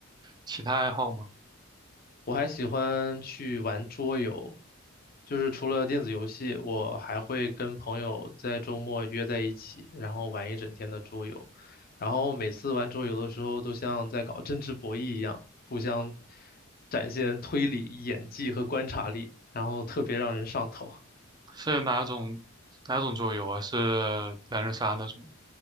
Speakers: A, on the right; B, on the left.
A: 其他爱好吗？
B: 我还喜欢去玩桌游，就是除了电子游戏，我还会跟朋友在周末约在一起，然后玩一整天的桌游。然后每次玩桌游的时候，都像在搞政治博弈一样，互相展现推理、演技和观察力，然后特别让人上头。
A: 是哪种哪种桌游啊？是狼人杀那种吗